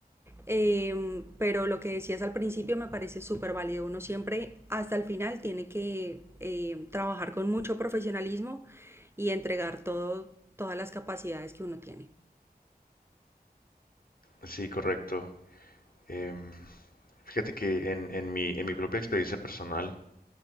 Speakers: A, on the right; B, on the left.
A: Eh, pero lo que decías al principio me parece súper válido. Uno siempre hasta el final tiene que eh, trabajar con mucho profesionalismo y entregar todo, todas las capacidades que uno tiene.
B: Sí, correcto. Eh, fíjate que en, en mi, en mi propia experiencia personal